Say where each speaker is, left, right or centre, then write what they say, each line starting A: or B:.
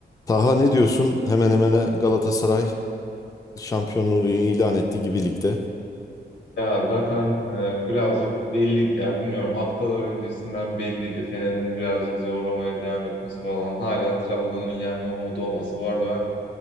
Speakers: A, on the left (about 20°); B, on the left (about 90°).
A: Taha ne diyorsun? Hemen hemen Galatasaray şampiyonluğu ilan etti gibi ligde.
B: Ya zaten e, birazcık belliydi ya bilmiyorum haftalar öncesinden belliydi. Fener'in birazcık zorlamaya devam etmesi falan hala Trabzon'un yenme umudu olması. Bu arada ben